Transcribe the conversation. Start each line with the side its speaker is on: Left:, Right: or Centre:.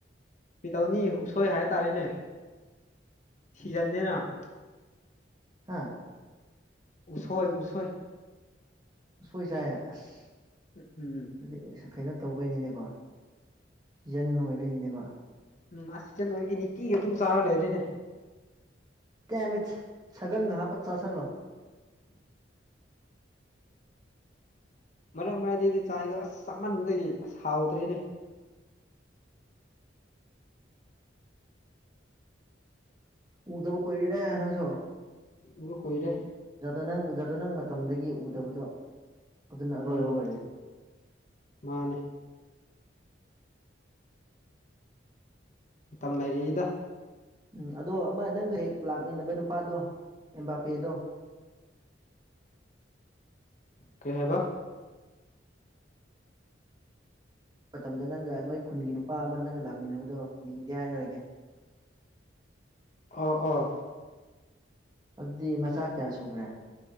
Left: ꯄꯤꯇꯧꯅꯤ ꯎꯁꯣꯏ ꯍꯥꯏ ꯇꯥꯔꯦꯅꯦ ꯁꯤꯖꯟꯗꯦꯅꯥ ꯫
Right: ꯍꯥꯥ
Left: ꯎꯁꯣꯏ ꯎꯁꯣꯏ꯫
Right: ꯎꯁꯣꯏ ꯆꯥꯏꯌꯦ ꯑꯁ꯫
Left: ꯎꯝ ꯎꯝ
Right: ꯗꯨꯗꯤ ꯀꯩꯅꯣ ꯇꯧꯕꯩꯅꯤꯅꯦꯒꯣ ꯁꯤꯖꯟ ꯂꯣꯏꯕꯩꯅꯤꯅꯦꯒꯣ ꯫
Left: ꯎꯝ ꯑꯁꯤꯗ ꯅꯣꯏꯒꯤ ꯅꯤꯇꯤ ꯑꯗꯨꯝ ꯆꯥꯔ ꯂꯩꯔꯦꯅꯦ꯫
Right: ꯇꯦꯃꯤꯠ ꯁꯒꯪꯒ ꯍꯥꯞꯄ ꯆꯥꯥꯁꯜꯂꯣ꯫ <inaudible>
Left: ꯃꯔꯛ ꯃꯔꯛꯇꯗꯤ ꯆꯥꯏꯗꯣ ꯑꯁ ꯆꯃꯟꯕꯗꯒꯤ ꯑꯁ ꯍꯥꯎꯗ꯭ꯔꯦꯅꯦ꯫
Right: ꯎꯗꯕ ꯀꯨꯏꯔꯦ ꯅꯡꯁꯣ
Left: ꯎꯕ ꯀꯨꯏꯔꯦ
Right: ꯫ ꯖꯥꯗꯣꯅꯪ ꯖꯥꯗꯣꯅꯪ ꯃꯇꯝꯗꯒꯤ ꯎꯗꯕꯗꯣ꯫ ꯑꯗꯨꯅ ꯑꯔꯣꯏꯕ
Left: ꯎꯝ
Right: ꯑꯣꯏꯔꯦ
Left: ꯃꯥꯅꯤ ꯫ ꯃꯇꯝ ꯂꯩꯔꯤꯗꯥ
Right: ꯎꯝ ꯑꯗꯣ ꯑꯃ ꯅꯪꯒ ꯍꯦꯛ ꯂꯥꯛꯃꯤꯟꯅꯕ ꯅꯨꯄꯥꯗꯣ ꯑꯦꯝꯕꯥꯄꯦꯗꯣ꯫
Left: ꯀꯩ ꯍꯥꯏꯕ
Right: ꯃꯇꯝꯗ ꯅꯪꯒ ꯅꯣꯏ ꯈꯨꯟꯒꯤ ꯅꯨꯄꯥ ꯑꯃ ꯅꯪꯒ ꯂꯥꯛꯃꯤꯟꯅꯕꯗꯣ ꯃꯤꯡꯗꯤ ꯍꯥꯏꯔꯣꯏꯒꯦ꯫
Left: ꯑꯣ ꯑꯣ
Right: ꯑꯗꯨꯗꯤ ꯃꯆꯥ ꯀꯌꯥ ꯁꯨꯈ꯭ꯔꯦ꯫